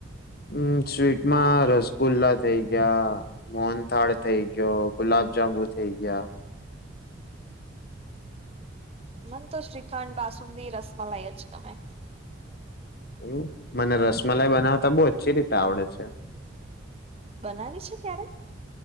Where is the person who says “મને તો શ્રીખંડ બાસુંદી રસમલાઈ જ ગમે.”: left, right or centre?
Right